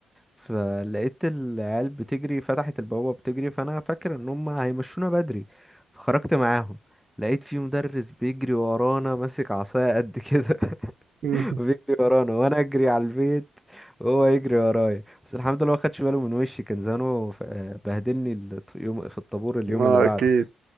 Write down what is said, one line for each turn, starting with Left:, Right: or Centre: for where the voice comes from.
Centre: فلقيت العيال بتجري فتحت البوابة بتجري فأنا فاكر إن هم هيمشونا بدري فخرجت معاهم لقيت في مدرس بيجري ورانا ماسك عصاية قد كده
Right: مم.
Centre: <laughs> بيجري ورانا وأنا أجري على البيت وهو يجري ورايا بس الحمد لله ما خدش باله من وشي كان زانه ف- بهدلني ال- يوم في الطابور اليوم
Right: ما
Centre: اللي بعده
Right: اكيد